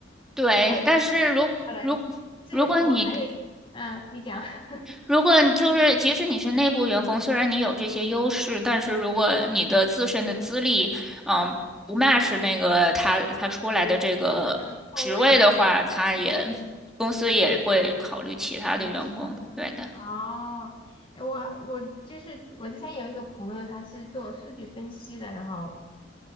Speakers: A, in the centre; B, on the left (about 25°).
A: 对，
B: 哎，
A: 但是如如
B: 飞可能是我还有，
A: 如果你
B: 嗯、你讲，<laughs>
A: 如果你就是即使你是内部员工，虽然你有这些优势，但是如果你的自身的资历，嗯，不 match 那个他他出来的这个职位的话，
B: 嗯，空位是吧？
A: 他也公司也会考虑其他的员工。
B: 还有其他的人哦，
A: 对的，
B: 我我就是我之前有一个朋友，他是做数据分析的，然后